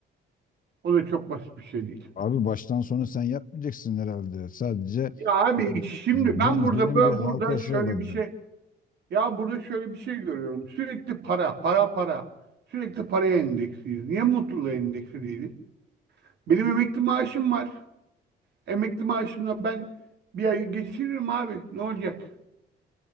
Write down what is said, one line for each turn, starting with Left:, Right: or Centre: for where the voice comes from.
Right: O da çok basit bir şey değil.
Left: Abi baştan sona sen yapmayacaksın herhalde. Sadece
Right: Ya abi şimdi
Left: zincirin
Right: ben burada bö-
Left: bir halkası
Right: burada şöyle
Left: olacak.
Right: bir şey ya burada şöyle bir şey görüyorum. Sürekli para, para, para. Sürekli paraya endeksliyiz. Niye mutluluğa endeksli değiliz? Benim emekli maaşım var. Emekli maaşımla ben bir ay geçiririm abi. Ne olacak?